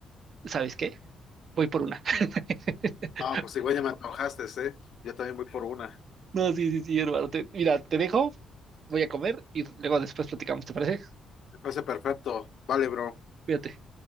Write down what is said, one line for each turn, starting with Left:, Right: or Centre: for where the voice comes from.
Right: ¿Sabes qué? Voy por una. <laughs>
Left: No, pues igual ya me antojaste, ¿eh? Yo también voy por una.
Right: No, sí, sí, sí, hermano. te- mira, te dejo, voy a comer y luego después platicamos, ¿te parece?
Left: Me parece perfecto. Vale, bro.
Right: Cuídate.